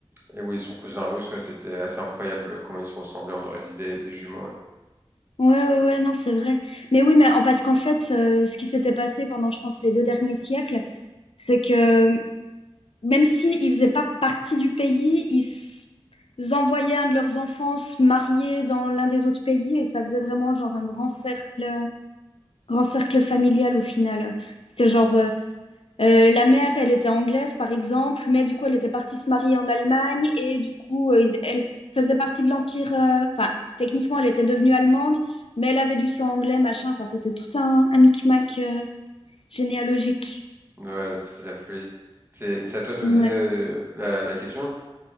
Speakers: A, on the right; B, on the left.
A: et oui, son cousin russe, ouais, c'était assez incroyable comment ils se ressemblaient. On aurait dit des, des jumeaux. Ouais,
B: Ouais, ouais, ouais, non, c'est vrai. Mais oui, mais en- parce qu'en fait, euh, ce qui s'était passé pendant, je pense, les deux derniers siècles, c'est que euh, même s'ils ne faisaient pas partie du pays, ils, s- ils envoyaient un de leurs enfants se marier dans l'un des autres pays et ça faisait vraiment genre un grand cercle, grand cercle familial au final. C'était genre euh, euh, la mère, elle était anglaise, par exemple, mais du coup, elle était partie se marier en Allemagne et du coup, euh, ils- elle faisait partie de l'Empire. euh, Enfin, techniquement, elle était devenue allemande, mais elle avait du sang anglais, machin. Enfin, c'était tout un, un micmac euh, généalogique.
A: Ouais, c'est la folie. C'est c'est à toi de poser
B: Ouais.
A: euh, la, la question?